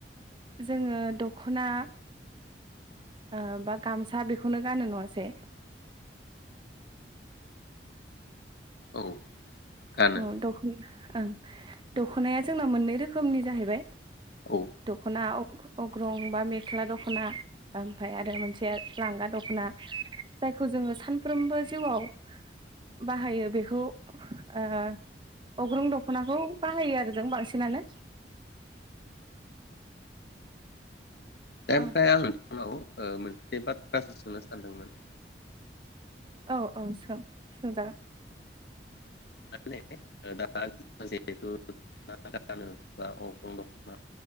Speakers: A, on the right (about 25°); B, on the left (about 60°).
A: जोंङो दखना ओ बा गामसा बेखौनो गानो नङासै?
B: औ गानो
A: अ दख ओं दखनाया जोंनाव मोननै रोखोमनि जाहैबाय।
B: औ
A: दख्ना अग्रं बा मेख्ला दख्ना ओमफाय आरो मोनसे लांगा दख्ना जायखौ जोंङो सानफ्रोमबो जिउआव बाहायो बेखौ ओ अग्रुं दख्नाखौ बाहायो आरो जों बांसिनानो।
B: ओमफाय
A: ओ
B: आं नोंथांनाव ओ मोनसे बाथ्रासो सोंनो सानदोंमोन।
A: औ औ सों सोंजागोन।
B: माने दा जिहेथु दख'ना गानो बा अग्रं दख'ना